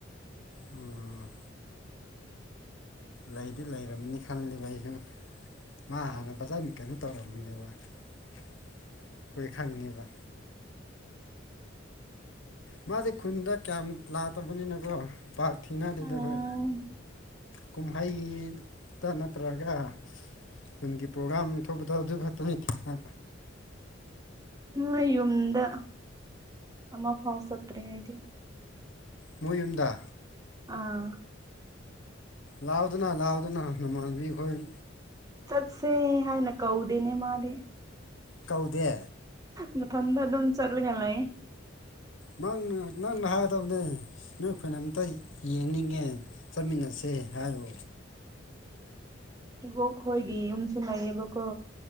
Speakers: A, on the left; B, on the right.
A: ꯎꯝ ꯂꯩꯗꯤ ꯂꯩꯔꯝꯅꯤ ꯈꯜꯂꯤꯕ ꯑꯩꯁꯨ ꯃꯥ ꯍꯥꯟꯅ ꯐꯖꯅꯤ ꯀꯩꯅꯣ ꯇꯧꯔꯝꯕꯅꯦꯕ ꯑꯈꯣꯏ ꯈꯪꯉꯦꯕ ꯃꯥꯖꯦ ꯈꯨꯟꯗ ꯀꯌꯥꯝ ꯂꯥꯛꯇꯕꯅꯤꯅꯀꯣ ꯄꯥꯛ ꯊꯦꯡꯅꯗꯦꯗ
B: ꯎꯝ
A: ꯑꯈꯣꯏ ꯀꯨꯝꯍꯩꯇ ꯅꯠꯇ꯭ꯔꯒ ꯈꯨꯟꯒꯤ ꯄ꯭ꯔꯣꯒꯥ꯭ꯔꯥꯝ ꯊꯣꯛꯄꯗꯣ ꯑꯗꯨ ꯈꯛꯇꯅꯤ ꯊꯦꯅ
B: ꯎꯝ ꯃꯣꯏꯌꯨꯝꯗ ꯑꯃꯐꯥꯎ ꯆꯇꯔꯤ ꯍꯥꯏꯗꯤ
A: ꯃꯣꯏ ꯌꯨꯝꯗ
B: ꯑꯥ
A: ꯂꯥꯎꯗꯅ ꯂꯥꯎꯗꯅ ꯅꯃꯥꯟꯅꯕꯤ ꯈꯣꯏ
B: ꯆꯠꯁꯦ ꯍꯥꯏꯅ ꯀꯧꯗꯦꯅꯦ ꯃꯥꯗꯤ
A: ꯀꯧꯗꯦ
B: ꯃꯊꯟꯗ ꯑꯗꯨꯝ ꯆꯠꯂꯒ ꯂꯩꯇꯦ
A: ꯅꯪꯅ ꯅꯪꯅ ꯍꯥꯏꯒꯗꯕꯅꯦ ꯅꯣꯏ ꯈꯨꯟ ꯑꯝꯇ ꯌꯦꯡꯅꯤꯡꯉꯦ ꯆꯠꯃꯤꯟꯅꯁꯦ ꯍꯥꯏꯌꯣ
B: ꯏꯕꯣꯛ ꯈꯣꯏꯒꯤ ꯌꯨꯝꯁꯨ ꯂꯩꯌꯦꯕꯀꯣ